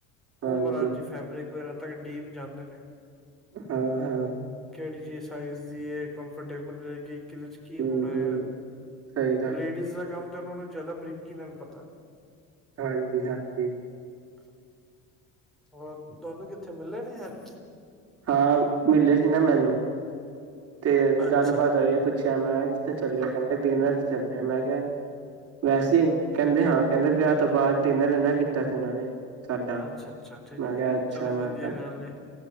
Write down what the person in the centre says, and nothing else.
ਉਹ ਮਾਰਾਜ ਜੀ ਫੈਬਰਿਕ ਵਗੈਰਾ ਤੱਕ ਡੀਪ ਜਾਂਦੇ ਨੇ।
ਕਿਹੜੀ ਚੀਜ਼ ਸਾਈਜ਼ ਦੀ ਹੈ ਕੰਫਰਟੇਬਲ ਰਹੇਗੀ। ਕਿਦੇ ਚ ਕੀ ਹੋਣਾ
ਆ
ਲੇਡੀਜ਼
ਦਾ ਕੰਮ ਤਾਂ ਉਹਨਾਂ ਨੂੰ ਜ਼ਿਆਦਾ ਬਰੀਕੀ ਨਾਲ ਪਤਾ
<unintelligible> ਹੋਰ? ਤੁਹਾਨੂੰ ਕਿੱਥੇ ਮਿਲੇ ਨੇ ਯਾਰ
ਅੱਛਾ
ਅੱਛਾ-ਅੱਛਾ ਠੀਕ
ਹੈ
ਚਲੋ
ਵਧੀਆ
ਗੱਲ ਏ।